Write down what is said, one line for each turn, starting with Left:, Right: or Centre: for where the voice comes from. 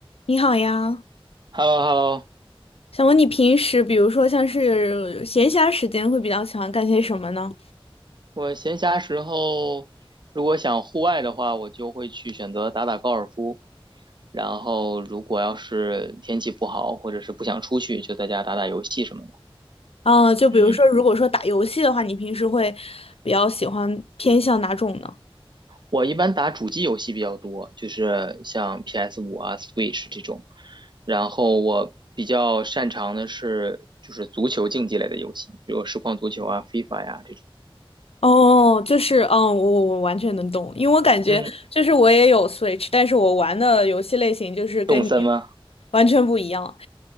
Left: 你好呀，
Right: h e l l o h e l l o
Left: 想问你平时，比如说像是闲暇时间，会比较喜欢干些什么呢？
Right: 我闲暇时候如果想户外的话，我就会去选择打打高尔夫。然后如果要是天气不好，或者是不想出去，就在家打打游戏什么的。
Left: 嗯，就比如说，
Right: 嗯，
Left: 如果说打游戏的话，你平时会比较喜欢偏向哪种呢？
Right: 我一般打主机游戏比较多，就是像 p s 五啊、Switch 这种。然后我比较擅长的是就是足球竞技类的游戏，比如实况足球啊、FIFA 呀、这种。
Left: 哦，就是，嗯，我我我完全能懂，因为我感觉就是我也有
Right: 嗯，
Left: Switch，但是我玩的游戏类型就是跟你
Right: 什么？
Left: 完全不一样。